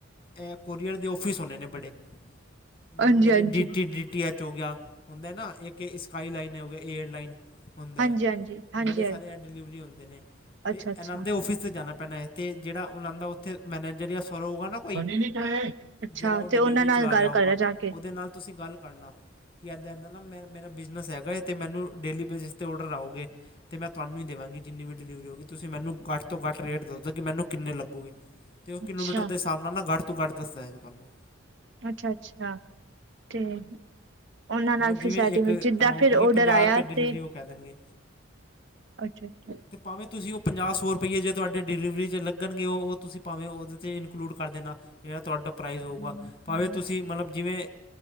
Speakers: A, on the left; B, on the right.
A: ਐ ਕੋਰੀਅਰ ਦੇ ਆਫਿਸ ਹੋਨੇ ਨੇ ਬੜੇ ਮਲਬ
B: ਹਾਂਜੀ-ਹਾਂਜੀ।
A: ਜਿਵੇਂ ਡੀ ਟੀ ਡੀ ਟੀ ਐੱਚ ਹੋ ਗਿਆ ਹੁੰਦਾ ਨਾ ਏਕ ਸਕਾਈ ਲਾਈਨ ਏ ਹੋ ਗਿਆ ਏਅਰਲਾਈਨ। ਹੁੰਦਾ
B: ਹਾਂਜੀ-ਹਾਂਜੀ,
A: ਏ,
B: ਹਾਂਜੀ
A: ਬੜੇ ਸਾਰੇ ਐ ਡਿਲੀਵਰੀ ਹੁੰਦੇ ਨੇ ਤੇ
B: ਅੱਛਾ-ਅੱਛਾ।
A: ਐਨਾਂਦੇ ਔਫਿਸ ਤੇ ਜਾਨਾ ਪ ਨਾ ਏ ਤੇ ਜੇੜਾ ਉਨਾਂ ਦਾ ਉੱਥੇ ਮੈਨੇਜਰ ਯਾਂ ਸਵਰ ਹੋਗਾ ਨਾ ਕੋਈ
B: ਅੱਛਾ ਅੱਛਾ ਅੱਛਾ
A: ਜੇੜਾ ਉ
B: ਤੇ
A: ਡਿਲੀਵਰੀ
B: ਉਹਨਾਂ ਨਾਲ
A: ਚਲਾ
B: ਗੱਲ
A: ਰਿਆ ਹੋਊਗਾ
B: ਕਰਨਾ ਜਾ ਕੇ
A: ਉਦੇ ਨਾਲ ਤੁਸੀਂ ਗੱਲ ਕਰਨਾ। ਕੀ ਐਦਾ-ਐਦਾ ਨਾ ਮੈ ਮੇਰਾ ਬਿਜਨਸ ਹੈਗਾ ਏ ਤੇ ਮੈਨੂੰ ਡੇਲੀ ਬੇਸਿਸ ਤੇ ਔਡਰ ਆਉਗੇ। ਤੇ ਮੈਂ ਤੁਆਨੂੰ ਦੇਵਾਂਗੀ ਜਿੰਨੀ ਵੀ ਡਿਲੀਵਰੀ ਹੋਗੀ, ਤੁਸੀਂ ਮੈਨੂੰ ਘੱਟ ਤੋਂ ਘੱਟ ਰੇਟ ਦੱਸ ਦੋ ਕਿ ਮੈਨੂੰ ਕੀਨੇ ਲੱਗੁਗੇ। ਤੇ ਉ
B: ਅੱਛਾ,
A: ਕਿਲੋਮੀਟਰ ਦੇ ਸਾਬ ਨਾਲ ਨਾ ਘੱਟ ਤੋਂ ਘੱਟ ਦੱਸ ਦੇਗਾ ਤੁਆਨੂੰ।
B: ਅੱਛਾ-ਅੱਛਾ ਤੇ ਉਹਨਾਂ ਨਾਲ
A: ਮਲਬ ਜਿਵੇਂ
B: ਫਿਰ ਸੈਟਿੰਗ
A: ਏਕ
B: ਜਿੱਦਾਂ
A: ਅਮਾਊਂਟ
B: ਫਿਰ
A: ਹੋ
B: ਔਡਰ
A: ਗਈ ਪੰਜਾਹ
B: ਆਇਆ
A: ਰੁਪੇ ਡਿਲੀਵਰੀ
B: ਤੇ
A: ਉ ਕੈ ਦੇਨਗੇ।
B: ਅੱਛਾ-ਅੱਛਾ
A: ਤੇ ਭਾਵੇਂ ਤੁਸੀਂ ਉ ਪੰਜਾ ਸੌ ਰਪਈਏ ਜੇ ਤੁਆਡੇ ਡਿਲੀਵਰੀ 'ਚ ਲੱਗਣਗੇ ਉਹ ਤੁਸੀਂ ਭਾਵੇਂ ਉਹਦੇ 'ਚ ਇਨਕਲੂਡ ਕਰ ਦੇਣਾ। ਜੇੜਾ ਤੁਆਡਾ ਪ੍ਰਾਈਜ਼ ਹੋਊਗਾ ਭਾਵੇਂ ਤੁਸੀਂ ਮਤਲਬ ਜਿਵੇਂ